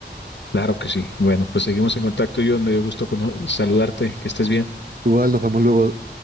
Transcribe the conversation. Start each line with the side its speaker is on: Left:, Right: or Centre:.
Left: Claro que sí. Bueno, pues seguimos en contacto, John. Me dio gusto cono- saludarte. Que estés bien.
Right: Igual nos vemos luego.